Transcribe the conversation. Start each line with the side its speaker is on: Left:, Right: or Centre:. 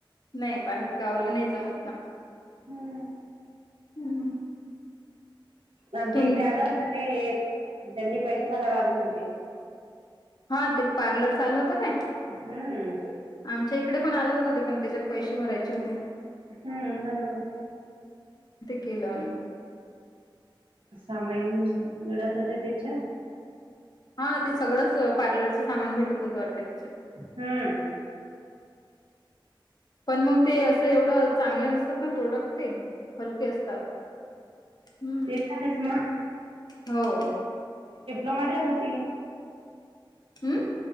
Left: नाही, बाहेर का आवलं नाही जमत ना.
Right: हम्म!
Left: हम्म.
Right: आमच्या
Left: तुम
Right: इकडे आला होता ते एक त्यांनी पैसे भरा लागत होते.
Left: हा ते पार्लर चाल होत काय?
Right: हम्म.
Left: आमच्या इकडे पण आला होत होते पण त्याच्यात पैसे भरायचे होते ना.
Right: हम्म हल.
Left: किलोनी
Right: सामान मिळत होते त्याच्या
Left: हा ते सगळंच पार्लरचं सामान भेटत होत वाटतत.
Right: हम्म.
Left: पण मग ते असं एवढं चांगले नसतात ना प्रोडक्ट ते हलके असतात. हम्म
Right: तेच
Left: हो
Right: ो मध्येच होती.
Left: हम्म.